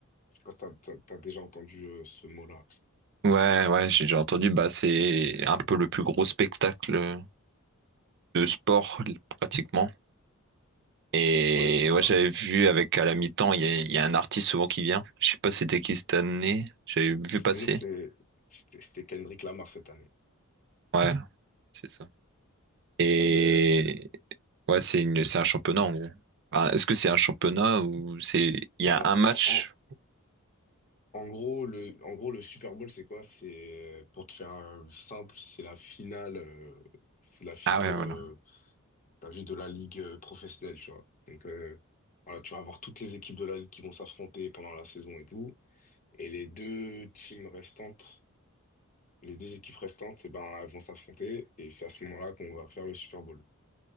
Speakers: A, on the left; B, on the right.
A: Je sais pas si t'as, t'as- t'as déjà entendu euh, ce mot-là.
B: Ouais, ouais, j'ai déjà entendu. Bah, c'est un peu le plus gros spectacle. euh, de sport pratiquement. Et
A: Ouais, c'est ça.
B: ouais, j'avais vu avec à la mi-temps, il y a, il y a un artiste souvent qui vient. Je sais pas c'était qui cette année. J'avais vu
A: Cette
B: passer.
A: année, c'était, c'était, c'était Kendrick Lamar cette année.
B: Ouais, c'est ça. Et
A: Eh ben, c'est-
B: ouais, c'est une, c'est un championnat en gros. Enfin, est-ce que c'est un championnat ou c'est il
A: en,
B: y a un match?
A: en, en gros, le, en gros, le Super Bowl, c'est quoi? C'est, euh, pour te faire euh, simple, c'est la finale, euh, c'est la finale
B: Ah ouais, voilà.
A: euh, T'as vu de la ligue euh, professionnelle, tu vois. Donc euh, voilà, tu vas avoir toutes les équipes de la ligue qui vont s'affronter pendant la saison et tout. Et les deux teams restantes, les deux équipes restantes, eh ben, elles vont s'affronter. Et c'est à ce moment-là qu'on va faire le Super Bowl.